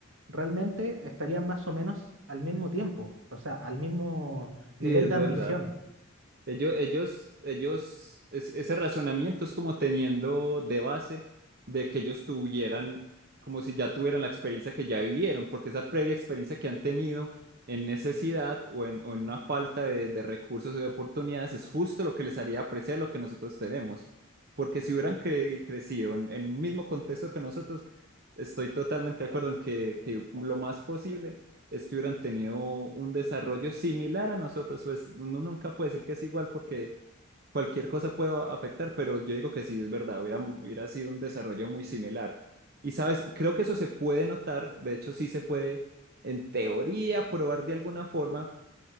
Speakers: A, on the right (about 70°); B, on the right (about 50°).
A: realmente estarían más o menos al mismo tiempo, o sea, al mismo nivel
B: Sí, es
A: de
B: verdad.
A: ambición.
B: Ellos, ellos, ellos, es- ese razonamiento es como teniendo de base de que ellos tuvieran, como si ya tuvieran la experiencia que ya vivieron, porque esa previa experiencia que han tenido en necesidad o en, o en una falta de, de recursos o de oportunidades es justo lo que les haría apreciar lo que nosotros tenemos. Porque si hubieran cre- crecido en, en un mismo contexto que nosotros, estoy totalmente de acuerdo en que, que lo más posible es que hubieran tenido un desarrollo similar a nosotros. Pues uno nunca puede decir que es igual porque cualquier cosa puede afectar, pero yo digo que sí, es verdad, hubiera, hubiera sido un desarrollo muy similar. Y sabes, creo que eso se puede notar, de hecho sí se puede en teoría probar de alguna forma,